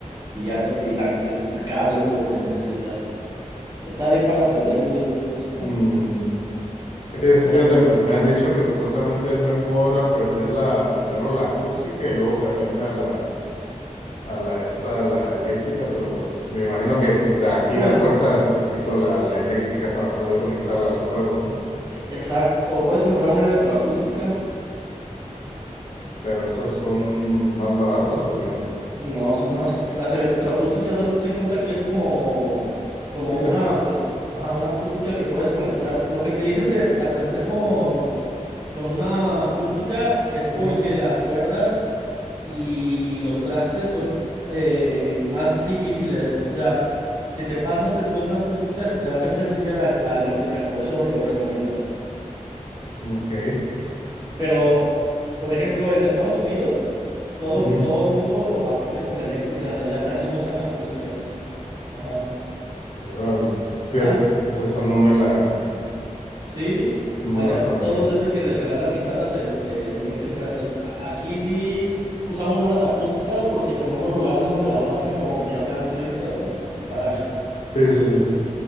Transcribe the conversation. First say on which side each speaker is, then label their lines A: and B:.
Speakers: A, on the right (about 30°); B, on the left (about 55°).
A: y ya to- y la- el, el cable, pues lo que necesitas. Y está bien para aprender, yo digo, pues, ¿no?
B: Mm, pues,
A: No
B: fíjate,
A: es,
B: me, me han dicho que supuestamente es mejor aprender la, primero la acústica y luego cambiarme a la, a la esta, a la eléctrica, pero pues me imagino que pues de aquí
A: pues.
B: da fuerza necesito la, la eléctrica para poder conectarla al juego, ¿no?
A: Exacto, puedes comprar una electroacústica.
B: Pero esas son más baratas o qué onda?
A: No, son más. ca- Las electroacústicas, haz de cuenta que es como, como
B: Sí,
A: una,
B: te-
A: pues, ajá, una acústica que puedes conectar. Lo que te dicen de, de aprender con, con una acústica es porque
B: ujú,
A: las cuerdas y los trastes son eh, más difíciles. O sea, si te pasas después de una acústica, se te va a hacer sencilla la, la eléctrica, por eso lo recomiendan.
B: Ok.
A: Pero, por ejemplo, en Estados Unidos. Todo,
B: ujú,
A: todo mundo aprende con eléctricas, allá casi no usan acústicas. Ajá,
B: Órale.
A: ajá,
B: Fíjate que esa esa no me la,
A: sí.
B: esa no
A: Allá
B: me la sabía.
A: todos es de que les regalan guitarras el- el- eléctricas. allá- a- aquí sí usamos más las acústicas porque tenemos lugares donde las hacen, como Michoacán, si ubicas, ¿no? En Paracho.
B: Sí, sí, sí.